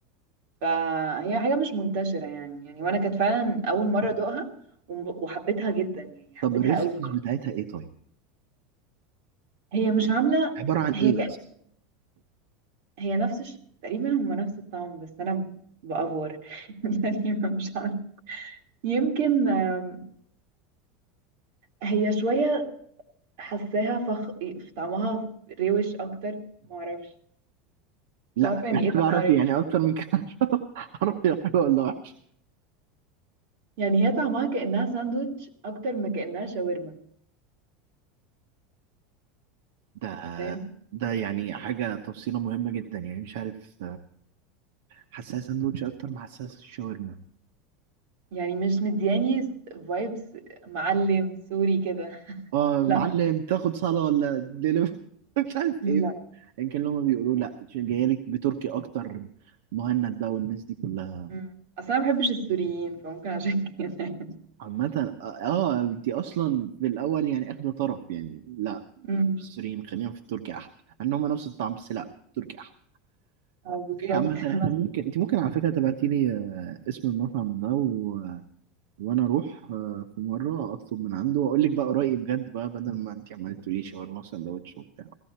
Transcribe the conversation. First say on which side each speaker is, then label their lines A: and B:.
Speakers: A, on the right; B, on the right.
A: فهي حاجه مش منتشره يعني يعني وانا كانت فعلا اول مره ادوقها وم- وحبيتها جدا يعني حبيتها
B: طب الريسبيز
A: قوي
B: بتاعتها ايه طيب
A: هي مش عامله
B: عباره عن
A: هي
B: ايه
A: كأن-
B: مثلا
A: هي نفس الش... تقريبا هما نفس الطعم بس انا بافور <laughs> يعني مش عارفه يمكن آم، هي شويه حاساها فخ طعمها روش اكتر معرفش مش
B: لا
A: عارفه يعني
B: محتاج
A: ايه طعمها
B: اعرف
A: روش
B: يعني اكتر من كده عشان اعرف هي حلوه ولا وحشه
A: يعني هي طعمها كأنها ساندوتش أكتر ما كأنها شاورما
B: ده
A: فاهم
B: ده يعني حاجه تفصيله مهمه جدا يعني مش عارف حساسه ساندوتش اكتر ما حساسه الشاورما
A: يعني مش مدياني فايبس معلم سوري كده
B: اه
A: لا
B: معلم تاخد صاله ولا دليفري <laughs> مش عارف
A: لا
B: ايه يمكن لما بيقولوا لا جايه لك بتركي اكتر مهند بقى والناس دي كلها
A: مم. أصلا ما بحبش السوريين فممكن عشان كده
B: عامة اه آه، انتي اصلا في الاول يعني اخده طرف يعني لا
A: مم.
B: السوريين خلينا في التركي احلى انهم نفس الطعم بس لا التركي احلى
A: اه بالظبط
B: اوكي عامة
A: <laughs>
B: احنا
A: بس
B: ممكن انت ممكن على فكرة تبعتي لي آه، اسم المطعم ده و... وانا اروح آه، في مرة اطلب من عنده واقول لك بقى رأيي بجد بقى بدل ما انت عمالة تقولي شاورما وسندوتش وبتاع